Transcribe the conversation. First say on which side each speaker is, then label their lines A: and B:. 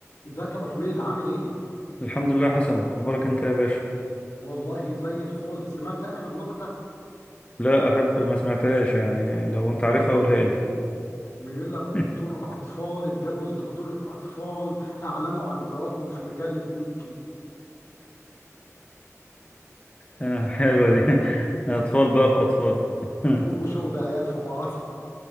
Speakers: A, on the left (about 70°); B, on the left (about 25°).
A: ازيك يا ابو حميد عامل ايه؟
B: الحمد لله حسن اخبارك انت يا باشا
A: والله زي الفل سمعت اخر نكته
B: لا احب ما سمعتهاش يعني لو انت عارفها قولها لي
A: بيقول لك دكتور
B: <laughs>
A: اطفال اتجوز دكتوره اطفال اعلنوا عن زواجهم في مجله ميكي
B: آه، حلوه دي اطفال بقى في اطفال <laughs>
A: كله شغل عيال في بعض